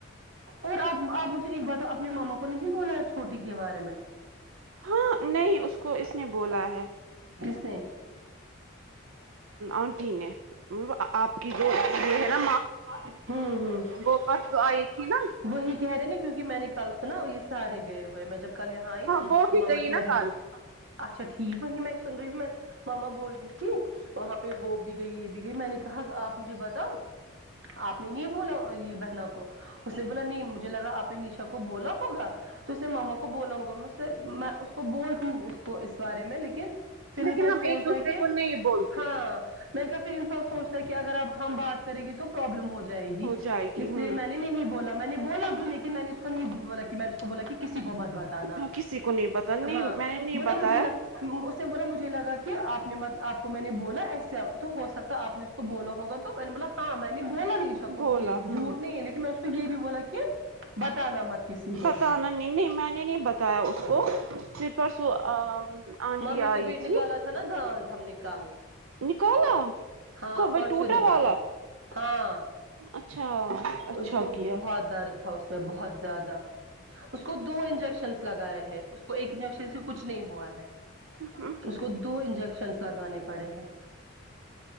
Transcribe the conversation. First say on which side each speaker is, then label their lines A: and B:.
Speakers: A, on the right; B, on the right.
A: اور آپ آپ مجھے ایک بات اپنے ماما کو نہیں بولا چھوٹی کے بارے میں
B: ہاں نہیں اس کو اس نے بولا ہے
A: کسنے
B: آنٹی نے آپ کی جو یہ ہے نا
A: ہمم ھمم
B: وہ پرسوں آئی تھی نا
A: وہی کہہ رہے نا کیونکہ میں نے کل سنا یہ سارے گئے ہوئے میں جب کل یہاں آئی
B: ہاں
A: نا
B: وہ
A: تو
B: بھی
A: ماما
B: گئی
A: کہہ
B: نا
A: رہی
B: کل
A: تھی اچھا ٹھیک وہی میں سن رہی تھی میں ماما بول رہی تھی وہاں پہ وہ بھی گئی یہ بھی گئی میں نے کہا آپ مجھے بتاؤ آپ نے نہیں بولا یہ بہنا کو اس نے بولا نہیں مجھے لگا آپ نے نشا کو بولا ہوگا تو اس نے ماما کو بولا ہوگا میں اس سے میں اس کو بولتی اس کو اس بارے میں لیکن پھر
B: لیکن
A: انسان
B: ہم
A: سوچتا
B: ایک دوسرے
A: ہے کہ
B: کو نہیں بولتے
A: ہاں
B: ہیں
A: نہیں کہ پھر انسان سوچتا کہ اگر اب ہم بات کریں گے تو پروبلم ہو جائے گی
B: ہو جائے گی
A: اس
B: ہوں
A: لیے میں نے نہیں بولا میں نے بولا بھی لیکن میں نے اس کو نہیں بولا کہ میں نے اس بولا کہ کسی کو مت بتانا
B: ہاں کسی کو نہیں پتا نہیں
A: ہاں
B: میں نے نہیں
A: بولا
B: بتایا
A: مجھے ن اس نے بولا مجھے لگا کہ آپ نے آپ کو میں نے بولا ایسا تو ہو سکتا آپ نے تو بولا ہوگا تو میں نے بولا ہاں میں بولا نشا کو
B: بولا
A: یہ
B: ہوں
A: جھوٹ نہیں ہے لیکن میں اس کو یہ بھی بولا کہ بتانا مت کسی کو
B: پتانا نہیں نہیں میں نے نہیں بتایا اس کو پھر پرسو اام آنٹی
A: ممی کو
B: آئی
A: بھی نکالا
B: تھی
A: نا دانت ہم نکال
B: نکالا
A: ہاں
B: کو بھائی
A: پرسو
B: ٹوٹا
A: نکالا
B: والا
A: ہاں
B: اچھا اچھا
A: اس کو بہت
B: کیا
A: درد تھا اس میں بہت زیادہ اس کو دو انجیکشن لگائے ہے اس کو ایک انجیکشن سے کچھ نہیں ہوا ہے
B: عذاب
A: اس کو دو انجیکشنس لگانے پڑے ہیں